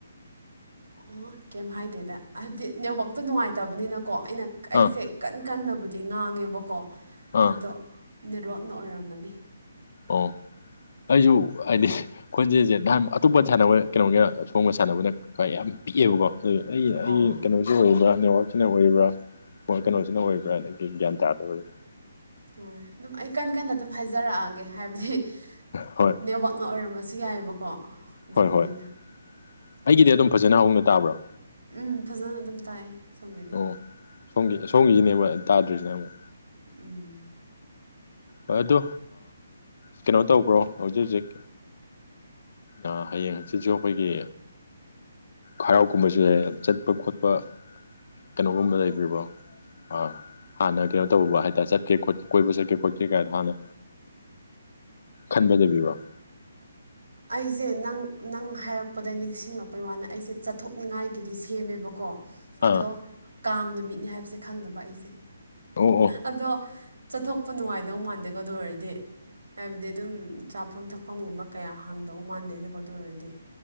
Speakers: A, on the right; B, on the left.
A: ꯑꯣ ꯀꯩꯝ ꯍꯥꯏꯗꯦꯗ ꯍꯥꯏꯕꯗꯤ ꯅꯦꯠꯋꯥꯛꯇꯣ ꯅꯨꯡꯉꯥꯏꯇꯕꯅꯤꯅ ꯀꯣ ꯑꯩꯅ ꯑꯩꯁꯦ
B: ꯑꯥ
A: ꯀꯟ ꯀꯟꯅꯕꯨꯗꯤ ꯉꯥꯡꯉꯦꯕꯀꯣ
B: ꯑꯥ
A: ꯑꯗꯣ ꯅꯦꯠꯋꯥꯛꯅ ꯑꯣꯏꯔꯝꯃꯅꯤ
B: ꯑꯣ ꯑꯩꯁꯨ
A: ꯎꯝ
B: ꯍꯥꯏꯗꯤ ꯈꯣꯟꯖꯦꯜꯁꯦ ꯅꯍꯥꯟ ꯑꯇꯣꯞꯄ ꯁꯥꯟꯅꯕ ꯀꯩꯅꯣꯒ ꯁꯣꯡꯒ ꯁꯥꯟꯅꯕꯅ ꯈ ꯌꯥꯝ ꯄꯤꯛꯑꯦꯕꯀꯣ ꯍꯧ ꯑꯩꯒꯤ
A: ꯑꯣ
B: ꯑꯩꯒꯤ ꯀꯩꯅꯣꯁꯤ ꯑꯣꯏꯔꯤꯕ꯭ꯔꯥ ꯅꯦꯠꯋꯛꯁꯤꯅ ꯑꯣꯏꯔꯤꯕ꯭ꯔꯥ ꯀꯩꯅꯣꯁꯤꯅ ꯑꯣꯏꯕ꯭ꯔꯥ
A: ꯎꯝ
B: ꯑꯗꯒꯤ ꯑꯗꯨ ꯒ꯭ꯌꯥꯟ ꯇꯥꯗꯕꯗ
A: ꯍꯣꯏ ꯑꯗꯨꯝ ꯑꯩ ꯀꯟꯅ ꯀꯟꯅ ꯑꯗꯨꯝ ꯍꯥꯏꯖꯔꯛꯑꯒꯦ ꯍꯥꯏꯕꯗꯤ
B: ꯍꯣꯏ
A: ꯅꯦꯠꯋꯥꯛꯅ ꯑꯣꯏꯔꯝꯕꯁꯨ ꯌꯥꯏꯑꯕꯀꯣ ꯑꯗꯨꯒꯤꯅꯤꯅ
B: ꯍꯣꯏ ꯍꯣꯏ ꯑꯩꯒꯤꯗꯤ ꯑꯗꯨꯝ ꯐꯖꯅ ꯍꯧꯅ ꯇꯥꯕ꯭ꯔꯣ
A: ꯎꯝ ꯐꯖꯅ ꯑꯗꯨꯝ ꯇꯥꯏ ꯁꯣꯝꯒꯤꯗꯤ
B: ꯑꯣ ꯁꯣꯝꯒꯤ ꯁꯣꯝꯒꯤꯁꯤꯅꯦꯕ ꯇꯥꯗ꯭ꯔꯤꯁꯤꯅꯦ ꯑꯃꯨꯛ
A: ꯎꯝ
B: ꯍꯣꯏ ꯑꯗꯣ ꯀꯩꯅꯣ ꯇꯧꯕ꯭ꯔꯣ ꯍꯧꯖꯤꯛ ꯍꯧꯖꯤꯛ ꯑ ꯍꯌꯦꯡ ꯁꯤꯁꯨ ꯑꯩꯈꯣꯏꯒꯤ ꯍꯔꯥꯎ ꯀꯨꯝꯕꯁꯨ ꯌꯥꯏ ꯆꯠꯄ ꯈꯣꯠꯄ ꯀꯩꯅꯣꯒꯨꯝꯕ ꯂꯩꯕꯤꯕ꯭ꯔꯣ ꯑ ꯍꯥꯟꯅ ꯀꯩꯅꯣ ꯇꯧꯕ ꯍꯥꯏꯇꯥꯔꯦ ꯆꯠꯀꯦ ꯀꯣꯏꯕ ꯆꯠꯀꯦ ꯀꯩ ꯀꯥꯏꯗ ꯍꯥꯟꯅ ꯈꯟꯕ ꯂꯩꯕꯤꯕꯔꯣ
A: ꯑꯩꯁꯦ ꯅꯪ ꯅꯪ ꯍꯥꯏꯔꯛꯄꯗ ꯅꯤꯡꯁꯤꯡꯂꯛꯄꯩ ꯋꯥꯅꯤ ꯑꯩꯁꯦ ꯆꯠꯊꯣꯛꯅꯤꯡꯉꯥꯏꯒꯤꯗꯤ ꯁꯦꯝꯃꯦꯕꯀꯣ
B: ꯑꯥ
A: ꯑꯗꯣ ꯀꯥꯡ ꯅꯨꯃꯤꯠꯅꯦ ꯍꯥꯏꯕꯁꯦ ꯈꯪꯅꯕ ꯑꯩꯁꯦ
B: ꯑꯣ ꯑꯣ
A: ꯑꯗꯣ ꯆꯠꯊꯣꯛꯄ ꯅꯨꯡꯉꯥꯏꯗꯧ ꯃꯥꯟꯗꯦꯀꯣ ꯑꯗꯨ ꯑꯣꯏꯔꯗꯤ ꯍꯥꯏꯕꯗꯤ ꯑꯗꯨꯝ ꯆꯥꯐꯝ ꯊꯛꯐꯝꯒꯨꯝꯕ ꯀꯌꯥ ꯍꯥꯡꯗꯧ ꯃꯥꯟꯗꯦꯅꯦꯀꯣ ꯑꯗꯨ ꯑꯣꯏꯔꯗꯤ